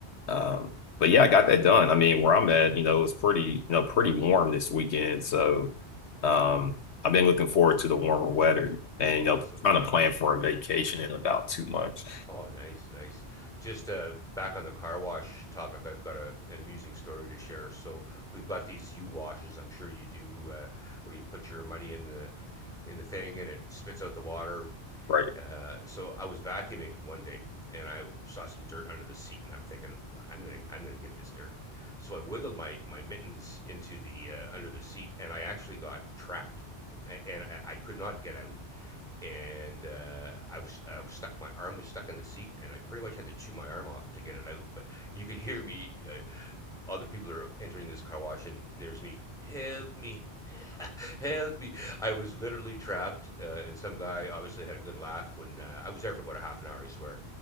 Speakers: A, on the left; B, in the centre.
A: um, but yeah, I got that done. I mean, where I'm at, you know, it's pretty, you know, pretty warm this weekend. So um, I've been looking forward to the warmer weather and,
B: Awesome.
A: you know, trying to plan for a vacation in about two months.
B: Oh, nice, nice. Just uh, back on the car wash topic, I've got a, an amusing story to share. So we've got these U washes. I'm sure you do, uh, where you put your money in the in the thing and it spits out the water.
A: Right.
B: Uh, so I was vacuuming one day and I saw some dirt under the seat, and I'm thinking, I'm gonna I'm gonna get this dirt. So I wiggled my my mittens into the uh, under the seat, and I actually got trapped, I, and I, I could not get out and uh, I was I was stuck. My arm was stuck in the seat, and I pretty much had to chew my arm off to get it out. But you could hear me. Uh, other people are entering this car wash, and there's me. Help me. <laughs> Help me! I was literally trapped, uh, and some guy obviously had a good laugh when uh, I was there for about a half an hour. I swear,